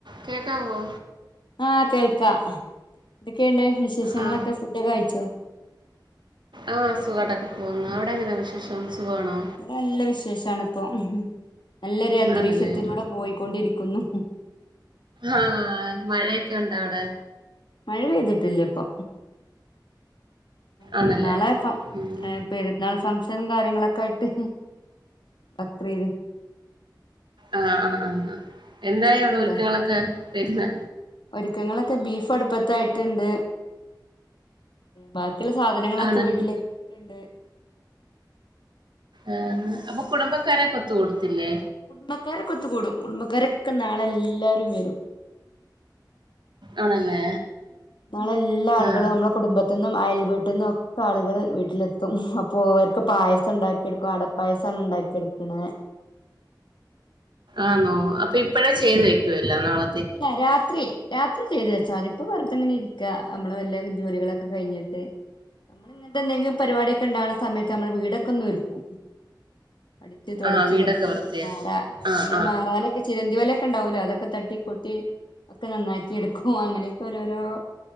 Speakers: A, on the right; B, on the left.
A: കേക്കാവോ
B: ആഹ് കേൾക്കാം എതൊക്കെണ്ട് വിശേഷങ്ങളൊക്കെ
A: ആ
B: ഫുഡ് ഒക്കെ കഴിച്ചോ
A: ആഹ് സുഖമായിട്ടൊക്കെ പോകുന്നു അവിടെ എങ്ങനാണ് വിശേഷം സുഖം ആണോ
B: ഇവിടെ നല്ല വിശേഷാണിപ്പൊ നല്ലൊരു അന്തരീക്ഷത്തിലൂടെ
A: ആണല്ലേ
B: പോയിക്കൊണ്ടിരിക്കുന്നു
A: ആഹ് മഴയൊക്കെ ഉണ്ട അവിടെ
B: മഴ പെയ്തിട്ടില്ല ഇപ്പൊ പിന്ന
A: ആണല്ലേ
B: നാളെ
A: ഉം.
B: പെരുന്നാൾ ഫംഗ്ഷനും കാര്യങ്ങളൊക്കെ ആയിട്ട് ബക്രീദ്
A: ആഹ് ആഹ് ആഹ് ആഹ് എന്തായി
B: നാളെതാ
A: അവിടെ ഒരുക്കങ്ങളൊക്കെ പെരുന്നാ
B: ഒരുക്കങ്ങളൊക്കെ ബീഫ് അടുപ്പത്തായിട്ടുണ്ട് ബാക്കിള്ള സാധനങ്ങളൊക്കെ
A: ആണല്ലോ
B: വീട്ടിലെത്തിട്ട്ണ്ട്
A: ആഹ് അപ്പൊ കുടുംബക്കാരൊക്കെ ഒത്ത് കൂടത്തില്ലേ
B: കുടുംബക്കാരൊക്കൊ ഒത്ത് കൂടും കുടുംബക്കാരൊക്കെ നാളെ എല്ലാരും വരും
A: ആണല്ലേ
B: നാളെ എല്ലാ ആളുകളും
A: ആ
B: നമ്മളെ കുടുംബത്തിന്നും അയൽ വീട്ടിൽന്നും ഒക്കെ ആളുകൾ വീട്ടിലെത്തും അപ്പൊ ഇവർക്ക് പായസം ഉണ്ടാക്കി എടുക്കും അടപ്പായസമാണ് ഉണ്ടാക്കി എടുക്ക്ണ്
A: ആന്നോ അപ്പൊ ഇപ്പഴേ ചെയ്ത് വെക്കുവോ എല്ലാം നാളെ
B: ഇല്ല രാത്രി രാത്രി ചെയ്തു വെച്ചാ മതി ഇപ്പ വെറുതെങ്ങനെ ഇരിക്ക നമ്മള് വല്ല ജോലികളൊക്കെ കഴിഞ്ഞിട്ട് നമ്മൾ ഇങ്ങനത്തെ എന്തെങ്കി പരിപാടി ഒക്കെ ഉണ്ടാവ്ണ സമയത്ത് നമ്മൾ വീടൊക്കെ ഒന്ന് ഒരുക്കും അടിച്ച് തുടച്ച്
A: ആ വീടൊക്കെ
B: വൃത്തിയ
A: വൃത്തിയാക്കി
B: മാറാ
A: ആ
B: നമ്മള്
A: ആ
B: മാറാലെ ചിലന്തി വല ഒക്ക ഉണ്ടാവൂലോ അതൊക്കെ തട്ടി കൊട്ടി ഒക്കെ നന്നാക്കി എടുക്കും അങ്ങനെയൊക്കെ ഓരോരോ